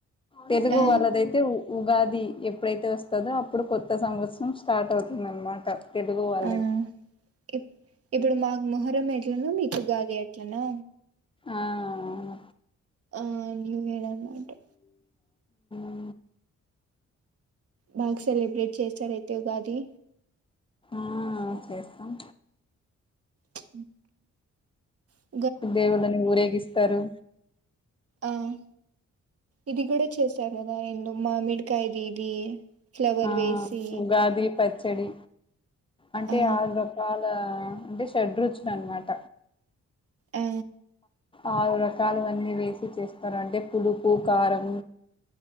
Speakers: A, on the left; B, on the right.
A: తెలుగు
B: ఆ
A: వాళ్ళదయితే ఉగాది ఎప్పుడైతే వస్తాదో అప్పుడు కొత్త సంవత్సరం స్టార్ట్ అవుతుందనమాట తెలుగు వాళ్ళకి
B: ఆ ఇప్పుడు ఇప్ మాకు మొహరం ట్ల మీకు ఉగాద దె ఎట్లనా
A: ఆయ్
B: ఆ న్యూయర్ ఉంటే
A: హ
B: బాగ సెలెబ్రేట్ చేసారా అయితే తె ఉగాది
A: ఆ చేస్తాం
B: చ్ ఉహు
A: దేవుళ్ళని ఊరేగిస్తారు
B: అయ్ ఇది కూడా చేస్ చక్కగా ఎండు మామిడికాయది ఇది ఫ్లవర్
A: ఆ
B: వేసి
A: ఉగాది ప చ్చడీ అంటే
B: ఆ
A: ఆరు రకాల అంటే షడ రుచులు అనమాట
B: ఆ
A: ఆరు రకాలు అన్ని వేసి చేస్తారు అంటే పులుపు కారం